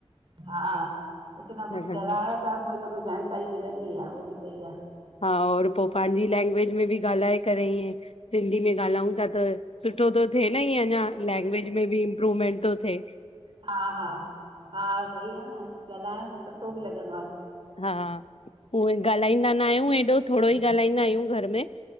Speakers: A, on the right; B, on the left.
A: हा कुछ न कुछ
B: गॾु
A: ॻाल्हाइण सां कोई न कोई जानकारी मिलंदी आ उहो बि सही आ।
B: हा और पो पांजी लैंग्वेज में बि ॻाल्हाए करे ईअ सिंधी में ॻाल्हाउं ता त सुठो तो थे न ईएंं अंञां
A: सुठो
B: लैंग्वेज
A: लॻे।
B: में बि इमप्रूवमेंट तो थे।
A: हा हा हा सही आ न ॻाल्हाइण सां सुठो बि लॻंदो आ।
B: हा उहोइ ॻाल्हाईंदा न आहियूं एॾो, थोड़ो ई ॻाल्हाईंदा आहियूं घर में